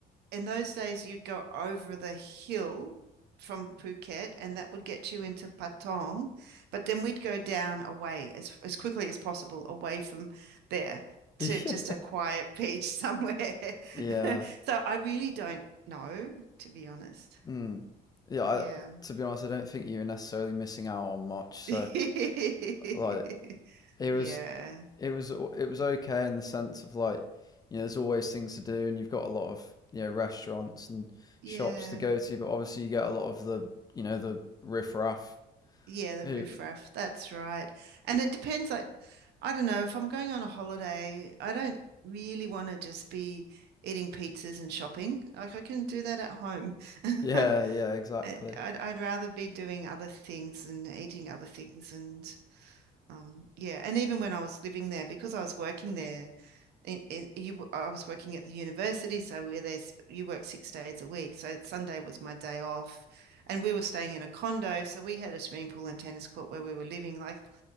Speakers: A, on the right; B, on the left.
A: in those days, you'd go over the hill from Phuket, and that would get you into Patong. But then we'd go down away as as quickly as possible away from there
B: yeah.
A: to just a quiet beach somewhere.
B: <laughs> yeah
A: <laughs> So I really don't know, to be honest.
B: Mm. Yeah, I,
A: Yeah.
B: to be honest, I don't think you were necessarily missing out on much. So,
A: <laughs>
B: like, it was
A: Yeah.
B: it was it was okay in the sense of like, you know, there's always things to do, and you've got a lot of you know restaurants and
A: Yeah.
B: shops to go to, but obviously you get a lot of the you know the riffraff
A: Yeah, the
B: who.
A: riffraff. That's right. And it depends. Like, I don't know, if I'm going on a holiday, I don't really want to just be eating pizzas and shopping. Like, I can do that at home. <laughs>
B: Yeah,
A: I-
B: yeah, exactly.
A: I'd, I'd rather be doing other things and eating other things. And um, yeah. And even when I was living there, because I was working there, i- i- you w- I was working at the university, so we're there, you work six days a week. So Sunday was my day off, and we were staying in a condo, so we had a swimming pool and tennis court where we were living. Like,